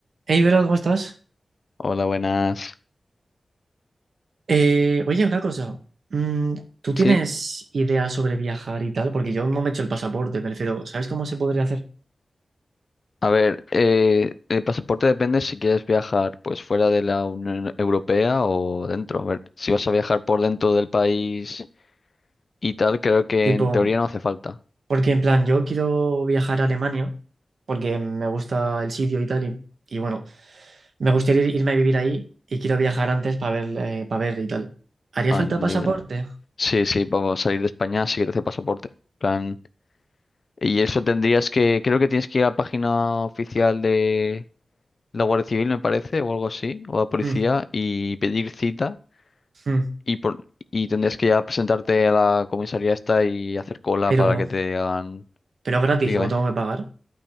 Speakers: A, on the right (about 75°); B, on the left (about 55°).
A: Hey, Vero, ¿cómo estás?
B: Hola, buenas.
A: Eh, oye, una cosa. mm, ¿tú tienes
B: Sí,
A: ideas sobre viajar y tal? Porque yo no me he hecho el pasaporte, me refiero. ¿Sabes cómo se podría hacer?
B: a ver, eh, el pasaporte depende si quieres viajar pues fuera de la Unión Europea o dentro. A ver, si vas a viajar por dentro del país y tal, creo que
A: Tipo,
B: en teoría no hace falta.
A: porque en plan, yo quiero viajar a Alemania porque me gusta el sitio y tal. Y, y bueno, me gustaría ir- irme a vivir ahí y quiero viajar antes para ver, eh, pa' ver y tal. ¿Haría
B: Ah,
A: falta
B: entendible.
A: pasaporte?
B: Sí, sí, vamos a salir de España, sí que te hace pasaporte. Plan. Y eso tendrías que, creo que tienes que ir a la página oficial de la Guardia Civil, me parece, o algo así, o la policía,
A: Mm,
B: y pedir cita.
A: mm,
B: Y, por, y tendrías que ya presentarte a la comisaría esta y hacer cola
A: Pero,
B: para que te hagan...
A: pero gratis
B: Dígame.
A: o tengo que pagar.